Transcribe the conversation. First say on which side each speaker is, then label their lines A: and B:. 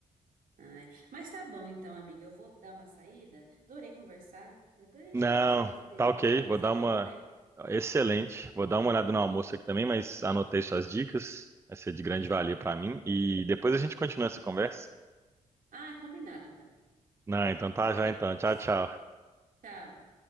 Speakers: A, on the right; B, on the right.
A: Ai, mas tá bom então, amiga. Eu vou dar uma saída. Adorei conversar. Depois a gente
B: Não,
A: conversa mais sobre
B: tá
A: viagens.
B: ok. Vou dar
A: É bom,
B: uma
A: né?
B: excelente. Vou dar uma olhada no almoço aqui também, mas anotei suas dicas. Vai ser de grande valia para mim e depois a gente continua essa conversa.
A: Ah, combinado então.
B: Não, então tá
A: Até
B: já
A: depois.
B: então. Tchau, tchau.
A: Tchau.